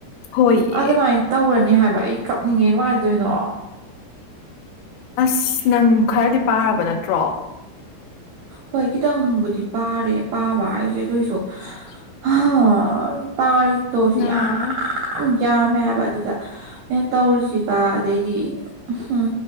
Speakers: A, on the left; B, on the right.
A: ꯍꯣꯏꯌꯦ
B: ꯑꯗꯨꯃꯥꯏꯅ ꯇꯧꯔꯅꯤ ꯍꯥꯏꯕ ꯑꯩ ꯀꯞꯅꯤꯡꯉꯦ ꯀꯃꯥꯏ ꯑꯗꯨꯣꯏꯅꯣ
A: ꯑꯁ ꯅꯪ ꯈꯔꯗꯤ ꯄꯥꯔꯕ ꯅꯠꯇ꯭ꯔꯣ
B: ꯍꯣꯏ ꯈꯤꯇꯪꯕꯨꯗꯤ ꯄꯥꯔꯦ ꯄꯥꯕ ꯍꯥꯏꯁꯦ ꯑꯗꯨꯑꯣꯏꯁꯨ
A: <unintelligible>
B: ꯍ ꯄꯥꯔ ꯇꯣꯁꯤ
A: ꯑꯥ
B: ꯌꯥ ꯌꯥꯝꯃꯦ ꯍꯥꯏꯕ ꯑꯗꯨꯗ ꯑꯩꯅ ꯇꯧꯔꯤꯁꯤꯒ ꯑꯗꯩꯗꯤ ꯎꯝ